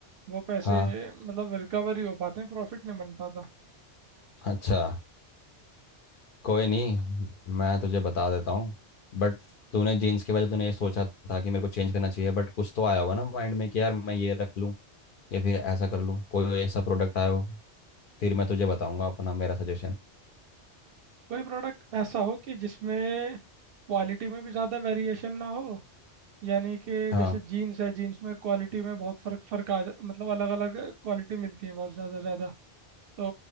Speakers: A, on the right; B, on the left.
A: वो पैसे
B: हाँ
A: मतलब रिकवर ही हो पाते हैं प्रॉफिट नहीं बन पाता
B: अच्छा कोई नहीं मैं तुझे बता देता हूँ बट तूने जीन्स के वजह तूने ये सोचा था कि मेरे को चेंज करना चाहिए बट कुछ तो आया होगा ना माइंड में कि यार मैं ये रख लूँ या फिर ऐसा कर लूँ कोई ऐसा प्रोडक्ट आया हो फिर मैं तुझे बताऊंगा अपना मेरा सजेशन
A: कोई प्रोडक्ट ऐसा हो कि जिसमें क्वालिटी में भी ज़्यादा वेरिएशन ना हो यानी कि
B: हाँ
A: जैसे जीन्स है जीन्स में क्वालिटी में बहुत फर्क फर्क आ जा मतलब अलग अलग क्वालिटी मिलती है बहुत ज़्यादा ज़्यादा तो